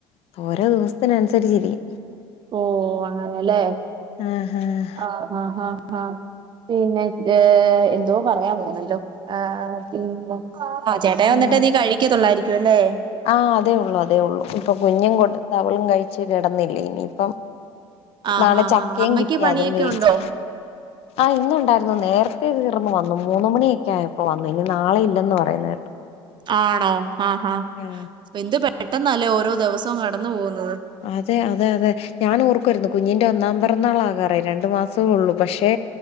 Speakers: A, on the left; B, on the right.
A: ഓരോ ദിവസത്തിനനുസരിച്ചിരിക്കും
B: ഓഹ് അങ്ങനല്ലേ
A: ഏഹ് ഏഹ്
B: ആഹ് ഹാ ഹാ ഹാ പിന്നെ ത് എന്തോ പറയാവന്നല്ലോ ആ ചേട്ടായി വന്നട്ട്
A: ആഹ്
B: നീ കഴിക്കത്തൊള്ളാരിക്കുവല്ലേ
A: ആഹ് അതേ ഉള്ളു അതേ ഉള്ളു ഇപ്പ കുഞ്ഞും കൊട് <unintelligible> കയ്ച്ച് കെടന്നില്ലേനിപ്പം
B: ആഹ്
A: നാല്
B: ആഹ്
A: ചക്കേം
B: ആഹ് അമ്മയ്ക്ക്
A: കിട്ടി
B: പണിയൊക്കെ
A: അതും വേവിച്ച്
B: ഉണ്ടോ?
A: ആഹ് ഇന്നുണ്ടാർന്ന് നേർത്തെ തീർന്ന് വന്ന് മൂന്ന് മണിയെക്കെ ആയപ്പം വന്ന് ഇനി നാളെ ഇല്ലെന്ന് പറയ്ന്നെട്ട്
B: ആണോ ഹാഹ് ഹാഹ്
A: <unintelligible>
B: എന്ത് പെട്ടന്നാല്ലേ ഓരോ ദെവസോം കടന്നു പോക്ന്നത്
A: അതെ അതെ അതെ ഞാനും ഓർക്കുവാര്ന്നു കുഞ്ഞ്ന്റ ഒന്നാം പെറന്നാളാകാറായ് രണ്ട് മാസെ ഉള്ളൂ പക്ഷെ